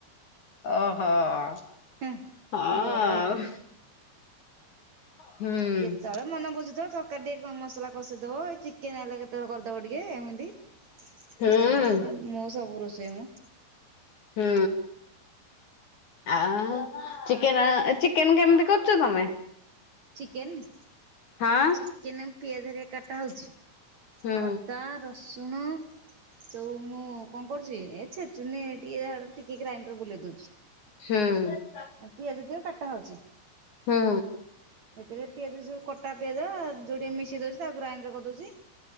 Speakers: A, on the left; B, on the right.
A: ଓହୋ। ହଁ,
B: ହେଁ
A: ଆଉ
B: ବଡ
A: ହୁଁ।
B: ଯେତବଳେ ମନ ବୁଝୁଥିବ ତରକାରୀ ଟିକେ କଣ ମସଲା କଷିଦବ, ଏଇ ଚିକେନ୍ ହେଲେ କେତେବେଳେ କରିଦବ ଟିକେ, ଏମିତି
A: ହୁଁ
B: ନହେଲେ, ମୁଁ ସବୁ ରୋଷେଇ ମୁଁ
A: ହୁଁ। ଆଁ, ଚିକେନ ଚିକେନ୍ କେମତି କରୁଚ ତମେ?
B: ଚିକେନ୍?
A: ହଁ
B: ଚିକେନରେ ମୁଁ ପିଆଜ ହେରିଆ କାଟା ହଉଚି। ଆଉ
A: ହୁଁ
B: ଅଦା, ରସୁଣ ଏସବୁ ମୁଁ କଣ କରୁଚି, ଏଇ ଛେଚୁନି ଟିକେ ଆଡ଼ ଟିକେ ଗ୍ରାଇଣ୍ଡର ବୁଲେଇ ଦଉଛି।
A: ହୁଁ।
B: ଆଉ ପିଆଜ ଏତକ କାଟା ହଉଚି?
A: ହୁଁ।
B: ଏଥିରେ ପିଆଜ ସବୁ କଟା ପିଆଜ, ଯୋଡ଼ିଏ ମିଶେଇ ଦଉଚି, ତାକୁ ଗ୍ରାଇଣ୍ଡର କରିଦଉଚି